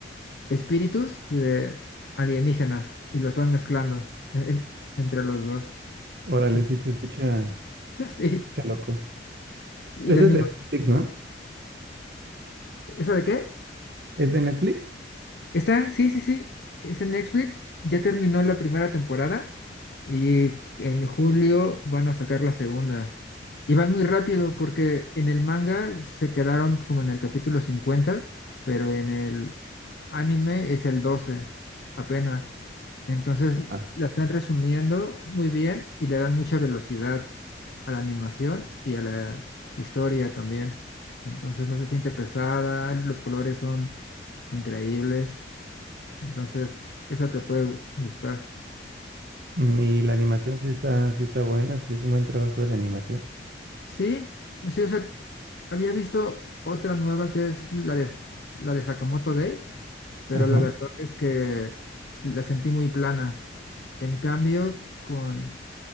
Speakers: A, on the left (about 60°); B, on the right (about 60°).
A: espíritus y de alienígenas y los van mezclando en- en- entre los dos.
B: Órale,
A: <laughs>
B: sí se escucha,
A: Sí.
B: escucha loco.
A: Y
B: Esa
A: la animación.
B: es de Netflix, ¿no?
A: ¿Esa de qué es?
B: ¿Es de Netflix?
A: Está, sí, sí, sí, es en Netflix, ya terminó la primera temporada y en julio van a sacar la segunda. Y van muy rápido porque en el manga se quedaron como en el capítulo cincuenta pero en el anime es el 12 apenas. Entonces
B: Ajá.
A: la están resumiendo muy bien y le dan mucha velocidad a la animación y a la historia también. Entonces no se siente pesada, los colores son increíbles entonces, esa te puede gu- gustar.
B: Mm, Y la animación sí está, sí está buena, sí es un buen trabajo de animación.
A: Sí, sí, o sea, había visto otra nueva que es la de, la de Sakamoto Days, pero
B: Ajá.
A: la verdad es que la sentí muy plana. En cambio, con